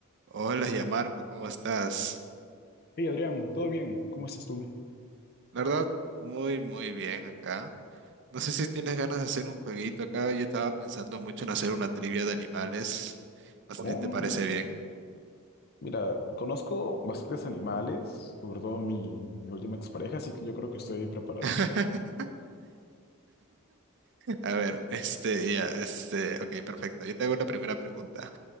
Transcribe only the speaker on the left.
Hey Adrián, ¿todo bien? ¿Cómo estás tú?
Oh,
mira, conozco bastantes animales, sobre todo mi, mi última expareja, así que yo creo que estoy preparado.